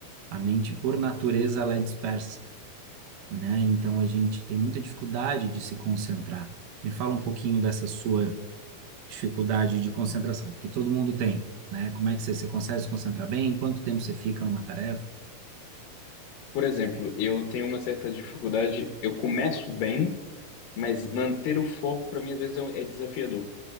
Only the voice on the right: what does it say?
A mente, por natureza, ela é dispersa, né? Então a gente tem muita dificuldade de se concentrar. Me fala um pouquinho dessa sua dificuldade de concentração, porque todo mundo tem, né? Como é que você, você consegue se concentrar bem? Quanto tempo você fica numa tarefa?